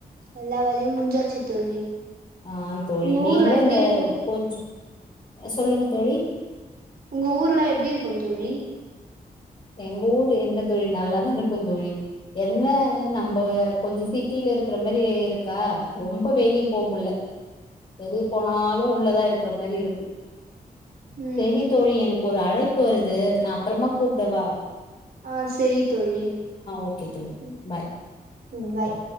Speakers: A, on the right (about 70°); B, on the left (about 40°).
A: எல்லா வேலையும் முஞ்சாச்சு தோழி
B: ஆ தோழி
A: உங்க
B: நீங்களு
A: ஊர்ல எப்படி
B: இந்த
A: இருக்கும்
B: கொஞ்ச சொல்லுங்க தோழி
A: உங்க ஊர்ல எப்படி இருக்கும் தோழி
B: எங்க ஊர் என்ன தோழி நல்லாதான் இருக்கும் தோழி என்ன நம்ப கொஞ்சம் சிட்டில இருக்கிற மாரி இருக்கா ரொம்ப வெளியே போமுடில வெளியே போனாலும் உள்ளதான் இருக்கிற மாரி இருக்கு
A: ம்
B: சேரி தோழி எனக்கு ஒரு அழைப் ப்பு வருது நான் அப்பறமா கூப் பிரவா
A: ஆஹ் சேரி தோழி
B: ஓகே தோழி
A: ம்
B: பாய்
A: உம் பாய்